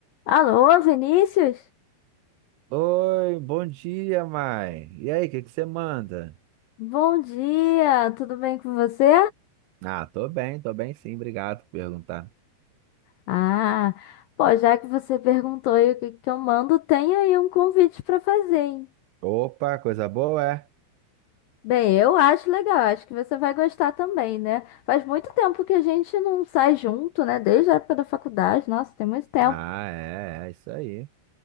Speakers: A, on the left; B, on the right.
A: Alô, Vinícius?
B: Oi, bom dia, mãe. E aí, o que que você manda?
A: Bom dia, tudo bem com você?
B: Ah, tô bem, tô bem sim, obrigado por perguntar.
A: Ah, pô, já que você perguntou aí o que que eu mando, tem aí um convite pra fazer, hein?
B: Opa, coisa boa, é?
A: Bem, eu acho legal, acho que você vai gostar também, né? Faz muito tempo que a gente não sai junto, né? Desde a época da faculdade, nossa, tem muito tempo.
B: Ah, é, é é isso aí.